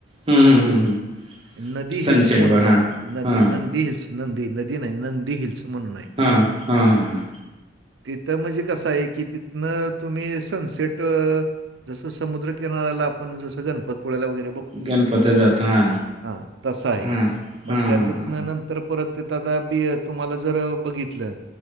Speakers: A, on the right; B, on the right.
A: हम्म हम्म हम्म हम्म
B: नदी हिल्स
A: सनसेट
B: म्हणून
A: बघ हा
B: आहे
A: हा
B: नदी हिल्स नंदी नदी नाही नंदी हिल्स म्हणून
A: हा हा हा हा
B: तिथं म्हणजे कसं आहे की तिथनं तुम्ही सनसेट जसं समुद्रकिनाऱ्याला आपण जसं गणपतपोळ्याला वगैरे बघ
A: गणपती जातो हा
B: हा तस आहे,
A: हा
B: मग
A: हा
B: त्यांतर
A: हा हा हा
B: परत तथ आता बी तुम्हाला जर बघितलं.